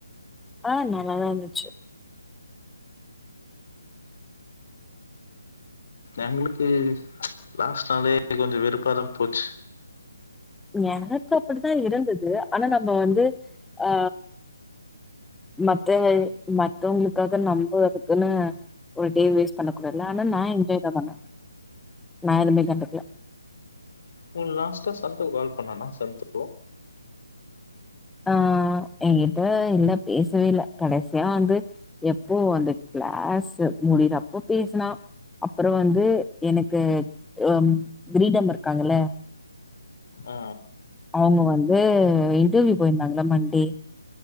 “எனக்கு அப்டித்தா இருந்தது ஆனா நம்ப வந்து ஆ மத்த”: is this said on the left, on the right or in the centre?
Centre